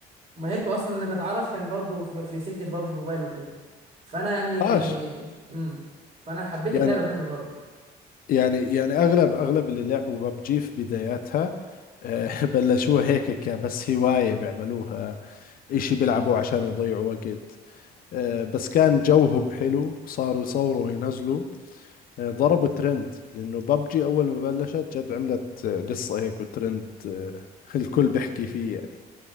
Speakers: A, on the right; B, on the left.
A: ماهركو اصلا لما اتعرف كان برضو في في سكه بابجي موبايل وكده فانا يعني
B: عاش
A: امم فانا حبيت
B: يعني
A: اللعبه منه برضو
B: يعني يعني اغلب اغلب اللي لعبوا ببجي في بداياتها آه، <laughs> بلشوها هيك كبس هواية بيعملوها اشي بيلعبوه عشان يضيعوا وقت آه، بس كان جوهم حلو وصاروا يصوروا وينزلوا آه، ضربوا ترند لانه ببجي اول ما بلشت جد عملت آه، قصة هيك وترند آه، <laughs> الكل بيحكي فيه يعني